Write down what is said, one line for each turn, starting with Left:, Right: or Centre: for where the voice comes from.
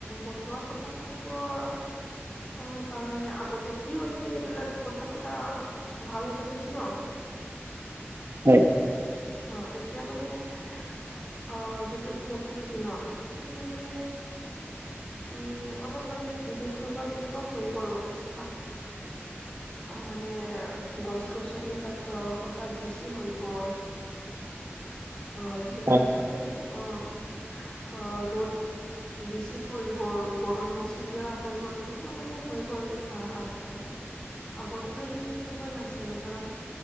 Left: বচোৱাৰ কথা পাতিবৰ অ, কাৰণে আগতে কি হৈছে এইবিলাক কথা পতা ভাল হ'ব নেকি ন'?
Right: হয়।
Left: অ অ, এতিয়া মানে অ, যিটো প্ৰকৃতি ন' সেইটো মানে উম অলপ মানে দুখ লগা তেনেকুৱা হৈ গ'ল অৱস্থা। আ মানে গছ-গছনি কাট অ কটা বেছি হৈ গ'ল।
Right: <unintelligible>
Left: অ, সেইকাৰণে
Right: হয়
Left: মানে ম অ, ধৰ ৰ'দ বিছি পৰি গ'ল গৰম বেছি দিয়া হৈ গ'ল তেনেকুৱা মানে হৈ গ'ল এ আ, আজিকালি। আগৰ দিনত মানে তেনেকুৱা নাছিলে কাৰণ